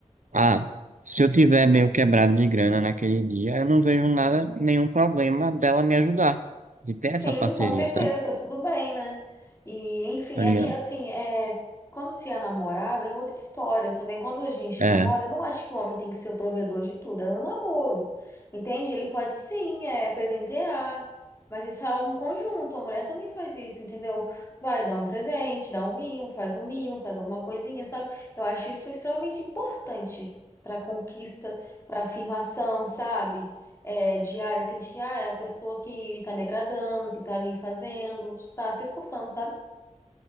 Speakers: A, on the right (about 75°); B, on the left (about 20°).
A: ah, se eu tiver meio quebrado de grana naquele dia, eu não vejo nada, nenhum problema dela me ajudar, de ter
B: Sim,
A: essa parceria,
B: com certeza,
A: sabe?
B: tá tudo bem, né? E, enfim,
A: Tá
B: é
A: ligado?
B: que assim, é, quando se é namorado é outra história também. Quando a gente
A: É.
B: namora, eu não acho que o homem tem que ser o provedor de tudo, é um namoro, entende? Ele pode sim, é, presentear, mas isso é algo em conjunto, a mulher também faz isso, entendeu? Vai dar um presente, dá um mimo, faz um mimo, faz alguma coisinha, sabe? Eu acho isso extremamente importante pra conquista, pra afirmação, sabe? é, diária, assim, de que ah, é a pessoa que tá me agradando, que tá ali fazendo, tá se esforçando, sabe?